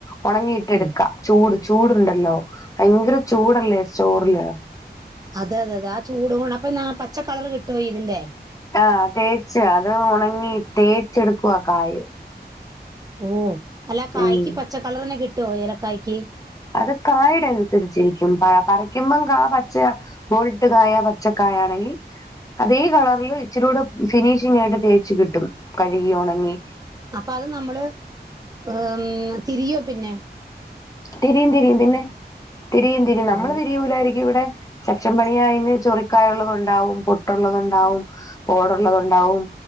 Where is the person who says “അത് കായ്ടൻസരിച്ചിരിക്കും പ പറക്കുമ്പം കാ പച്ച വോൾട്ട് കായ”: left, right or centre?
Left